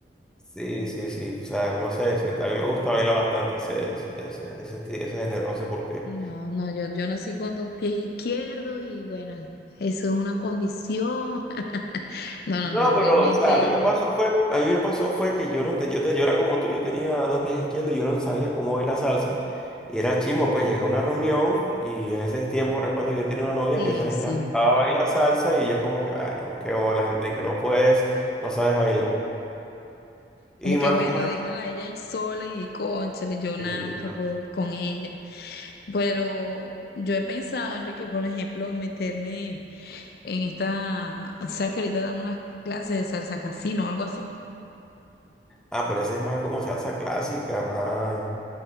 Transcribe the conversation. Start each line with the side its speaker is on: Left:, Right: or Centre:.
Centre: sí, sí, sí, o sea, no sé, siento- a mí me gusta bailar bastante ese, ese, ese, ese, ese género, no sé por qué.
Left: No, no, yo, yo nací con dos pies izquierdos y bueno, eso es una condición. <laughs> No, no,
Centre: No,
Left: no, realmente
Centre: pero, o sea, a mí me
Left: no.
Centre: pasó fue, a mí me pasó fue que yo no te, yo te, yo era como tú, yo tenía dos pies izquierdos yo no sabía cómo bailar salsa. Y era chimo, pues llegué a una reunión y en ese tiempo recuerdo yo tenía una novia
Left: Sí,
Centre: que se le
Left: sí.
Centre: encantaba bailar salsa y yo como que, bueno, qué bolas, Enrique, no puedes, no sabes bailar. Y
Left: Como que
Centre: más,
Left: bueno,
Centre: más,
Left: déjala a ella ahí sola y cónchale, yo nada
Centre: y,
Left: que puedo con ella. Pero yo he pensado, Enrique, por ejemplo, meterme en esta, o sea, que ahorita dan unas clases de salsa casino o algo así.
Centre: ah, pero ese es más como salsa clásica, más.